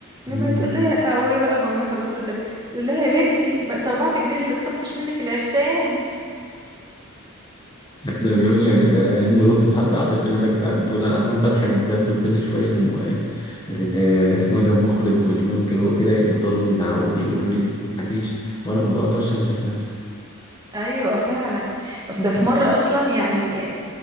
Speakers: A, on the right; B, on the left.
A: لما
B: مم.
A: تقول لها وهي بقى بمامتها بترد عليها تقول لها يا بنتي ما صربعتك دي اللي بتطفش منك العرسان
B: ده بيقول لك ده هند رستم حتى بعد الفيلم ده كنت قاعد تقول أنا عمال بضحك بجد وكل شوية الم... ال... اسمه إيه ده المخرج والمنتج وكده يفضلوا يزعقوا لي يقولوا لي ما تضحكيش وأنا ما بقدرش أمسك نفسي
A: ايوه فعلا ده في
B: ف...
A: مره اصلا يعني